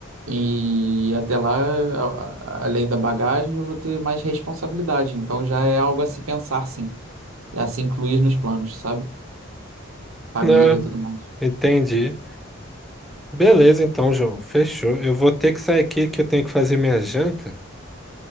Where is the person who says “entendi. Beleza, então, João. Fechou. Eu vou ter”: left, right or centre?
Centre